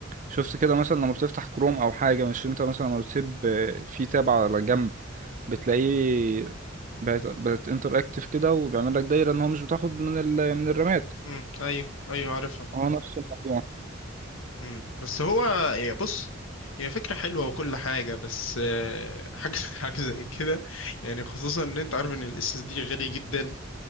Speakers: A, on the right; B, on the left.
A: شفت كده مثلا لما بتفتح كروم او حاجه مش انت مثلا لما بتسيب آه، في تاب على جنب بتلاقيه بقت بقت انتراكتيف كده وبيعمل لك دايره ان هو مش بتاخد من ال... من الرامات
B: امم ايوه ايوه عارفها
A: هو نفس الموضوع
B: امم بس هو هي بص هي فكرة حلوة وكل حاجة بس آه، حاجة <laughs> حاجة زي كده يعني خصوصا ان انت عارف ان الاس اس دي غالي جدا